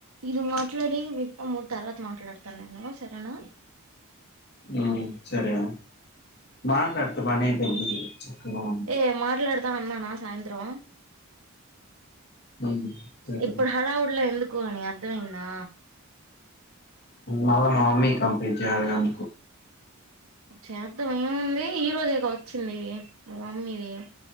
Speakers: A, on the right; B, on the left.
A: ఇది మాట్లాడేది వింటా ఉంటారా మాట్లాడుతాను నేను సరేనా
B: ఉమ్ సరే మాట్లాడితే పని అయిపోయిద్ది చక్కగా
A: ఏయ్ మాట్లాడతా అన్నానా సాయంత్రం
B: ఉమ్, సరే
A: ఇప్పుడు హడావుడ్లో ఎందుకు అనీ అర్థమైందా
B: మళ్ళ మామమ్మీ కి కంప్లైంట్ చేయాలిగా అందుకు
A: చేద్దాం ఏముంది ఈరోజేగా వచ్చింది మీ మమ్మీది